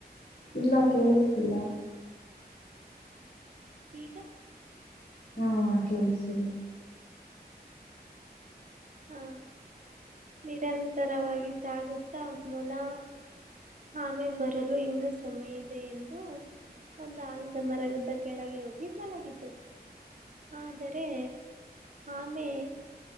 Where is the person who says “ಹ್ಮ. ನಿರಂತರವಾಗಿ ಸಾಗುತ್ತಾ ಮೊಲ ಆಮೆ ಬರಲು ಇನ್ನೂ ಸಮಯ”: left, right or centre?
Right